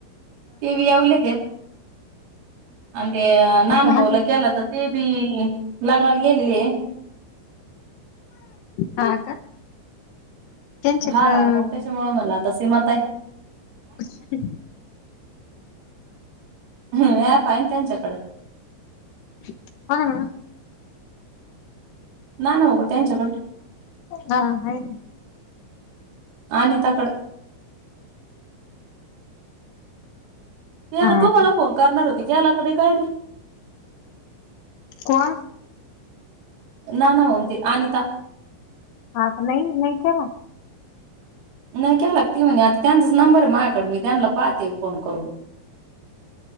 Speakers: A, on the right (about 75°); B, on the left (about 75°).
A: ते बी यवलेत अ ते नाना
B: हा का
A: भाऊला
B: हा ना
A: केला तर ते ती लग्नाला गेलेली आहे.
B: हा का? त्यांच्याकडं
A: हा मग त्याच्यामुळे मला आ तर सीमाताई
B: <unintelligible>
A: हमम अँप आहे ना त्यांच्याकडं.
B: कोणाकड?
A: नाही ना बघू त्यांच्याकडं
B: ना मॅडम हा आहे ना
A: अनिताकडं. ये
B: हा
A: तू मला
B: का
A: फोन करणार होत ते गेला का नई काय
B: कोण?
A: नाना भाऊ आणि ते अनिता
B: हा क नाही नाही केला.
A: नाय केला ती म्हने आता त्यांचाच नंबर मायाकड मी त्यांना पाहते फोन करून